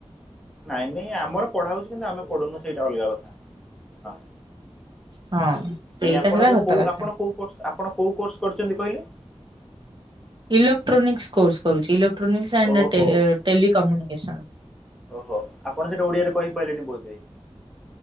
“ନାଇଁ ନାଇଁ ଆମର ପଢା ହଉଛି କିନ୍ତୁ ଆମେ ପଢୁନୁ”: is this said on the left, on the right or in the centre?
Centre